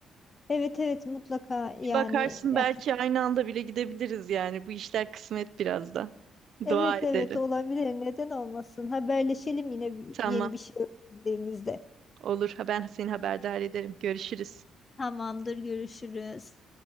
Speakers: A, on the left; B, on the right.
A: Evet evet mutlaka yani.
B: Bir bakarsın
A: Ya,
B: belki aynı anda bile gidebiliriz yani. Bu işler kısmet biraz da.
A: evet
B: Dua edelim.
A: evet olabilir. Neden olmasın? Haberleşelim yine bir-
B: Tamam,
A: yeni bir şey öğrendiğimizde.
B: olur. Ha- Ben seni haberdar ederim. Görüşürüz.
A: Tamamdır görüşürüz.